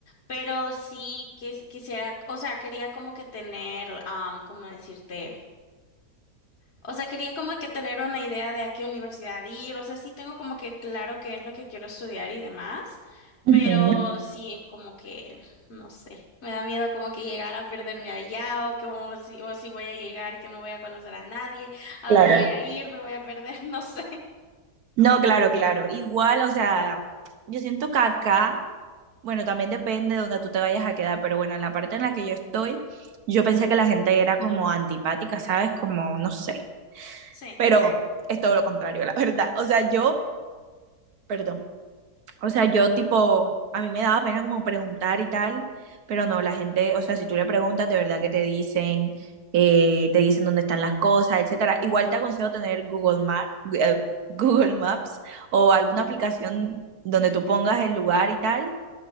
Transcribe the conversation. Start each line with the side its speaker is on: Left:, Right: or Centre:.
Left: pero sí quis- quisiera, o sea, quería como que tener, am, ¿cómo decirte? O sea, quería como que tener una idea de a qué universidad ir, o sea, sí tengo como que claro qué es lo que quiero estudiar y demás,
Right: Ujú,
Left: pero sí es como que, no sé, me da miedo como que llegar a perderme allá o como si, o si voy a llegar, que no voy a conocer a nadie, a
Right: claro.
Left: dónde voy a ir, me voy a perder, <laughs> no sé.
Right: No, claro, claro. Igual, o sea, yo siento que acá, bueno, también depende de donde tú te vayas a quedar, pero bueno, en la parte en la que yo estoy, yo pensé que la gente era como antipática, ¿sabes? Como, no sé,
Left: Sí.
Right: pero es todo lo contrario, la verdad. O sea, yo, perdón. O sea, yo tipo, a mí me daba pena como preguntar y tal, pero no, la gente, o sea, si tú le preguntas, de verdad que te dicen, eh, te dicen dónde están las cosas, etcétera. Igual te aconsejo tener Google Maps, <laughs> Google Maps o alguna aplicación donde tú pongas el lugar y tal,